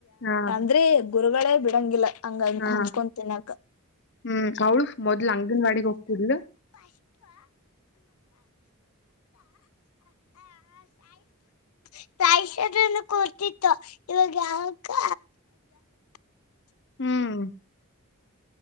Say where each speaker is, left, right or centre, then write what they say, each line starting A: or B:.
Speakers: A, on the left; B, on the left.
A: ಹಾ
B: ಅಂದ್ರೆ ಗುರುಗಳೇ ಬಿಡಂಗಿಲ್ಲ ಹಂಗೆ
A: ಹಾ
B: ಅಂಚ್ಚ್ಕೊಂಡು ತಿನ್ನಕ್ಕ
A: ಹ್ಮ್ ಅವಳು ಮೊದ್ಲು ಅಂಗನವಾಡಿಗೆ ಹೋಗ್ತಿದ್ಲು
B: <unintelligible> <unintelligible> ಕೊಡ್ತಿತ್ತು ಇವಾಗ ಯಾಕೆ <unintelligible>
A: ಹ್ಮ್